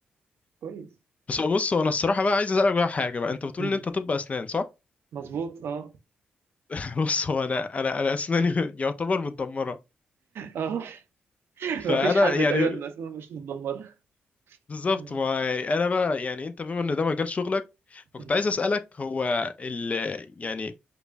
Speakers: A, on the right; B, on the left.
A: كويس
B: بس هو بص هو انا الصراحه بقى عايز اسالك بقى حاجه بقى انت بتقول
A: امم
B: ان انت طب اسنان صح
A: مظبوط اه
B: <laughs> بص هو انا انا انا اسناني <laughs> يعتبر متدمره
A: اه <laughs> مفيش
B: فانا
A: حد
B: يعني
A: تقريبا الناس مش متدمره
B: بالظبط
A: أمم.
B: ما يعني انا بقى يعني انت بما ان ده مجال شغلك فكنت
A: أمم.
B: عايز اسالك هو ال يعني